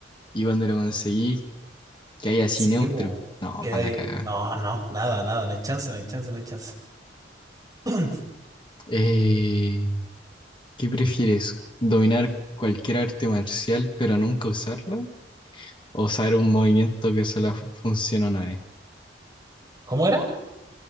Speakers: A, on the left; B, on the right.
A: y cuando lo conseguís, que hay así
B: Sí,
A: neutro.
B: bo,
A: No,
B: que
A: para
B: hay...
A: la cagada.
B: No, no, nada, nada, no hay chance, no hay chance, no hay chance. <clears throat>
A: Eh, ¿qué prefieres? ¿Dominar cualquier arte marcial pero nunca usarla? ¿O saber un movimiento que solo fu- funciona una vez?
B: ¿Cómo era?